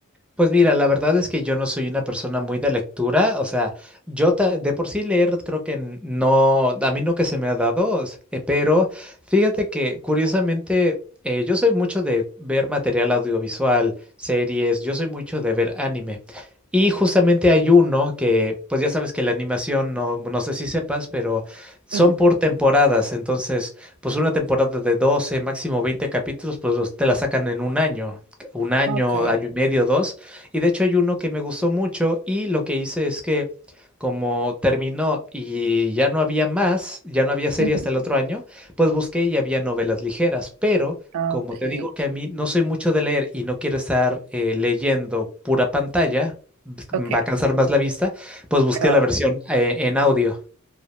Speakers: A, in the centre; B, on the right (about 80°).
A: Pues mira, la verdad es que yo no soy una persona muy de lectura, o sea, yo ta- de por sí leer creo que n- no, a mí no que se me ha dado, s- eh, pero fíjate que curiosamente eh, yo soy mucho de ver material audiovisual, series, yo soy mucho de ver anime. Y justamente hay uno que, pues ya sabes que la animación, no, no sé si sepas, pero son
B: Ujú,
A: por temporadas, entonces, pues una temporada de 12, máximo 20 capítulos, pues los- te la sacan en un año, un año,
B: Okay,
A: año y medio, dos. Y de hecho hay uno que me gustó mucho y lo que hice es que como terminó y ya no había más, ya no había serie
B: ujú,
A: hasta el otro año, pues busqué y había novelas ligeras, pero
B: Ah,
A: como
B: okay,
A: te digo que a mí no soy mucho de leer y no quiero estar eh, leyendo pura pantalla, b-
B: okay,
A: va a cansar más la vista, pues busqué
B: ¿verdad?
A: la versión eh, en audio